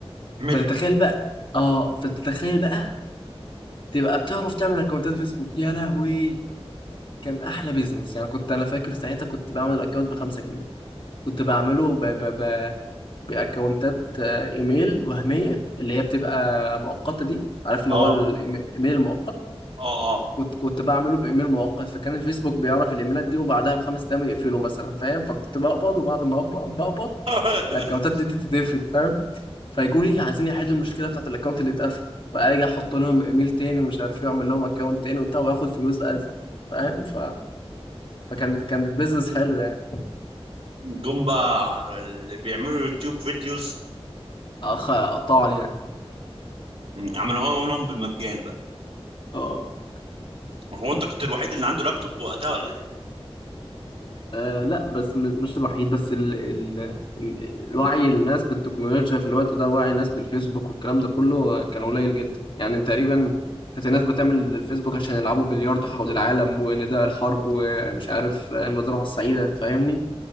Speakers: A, on the right; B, on the left.
A: اعمل
B: فتتخيل
A: لي
B: بقى اه فتتخيل بقى تبقى بتعرف تعمل اكونتات فيسبوك يا لهوي كان احلى بيزنس يعني كنت انا فاكر ساعتها كنت بعمل اكونت ب 5 جنيه كنت بعمله ب ب ب باكونتات آه، ايميل وهميه اللي هي بتبقى مؤقته دي عارف اللي
A: اه
B: هو الايميل المؤقت
A: اه اه
B: كنت كنت بعمله بايميل مؤقت فكان الفيسبوك بيعرف الايميلات دي وبعدها بخمس ايام يقفله مثلا فاهم فكنت بقبض وبعد ما أقبض- بقبض
A: <laughs>
B: الاكونتات دي تتقفل فاهم فيقولوا لي عايزين يحلوا المشكله بتاعت الاكونت اللي اتقفل فاجي احط لهم ايميل تاني ومش عارف إيه، واعمل لهم اكونت تاني وبتاع واخد فلوس ازيد فاهم ف... فكان فكان بيزنس حلو يعني
A: جم بقى اللي بيعملوا يوتيوب فيديوز
B: أخ... قطعوا علينا
A: عملوها لهم بالمجان بقى
B: <laughs>
A: هو انت كنت الوحيد اللي عنده لابتوب وقتها ولا ايه
B: آه لا بس م- مش الوحيد بس ال ال ال- الوعي الناس بالتكنولوجيا في الوقت ده وعي الناس بالفيسبوك والكلام ده كله آه، كان قليل جدا يعني تقريبا كانت الناس بتعمل الفيسبوك عشان يلعبوا بلياردو حول العالم ونداء الحرب ومش عارف آه، المزرعة السعيدة فاهمني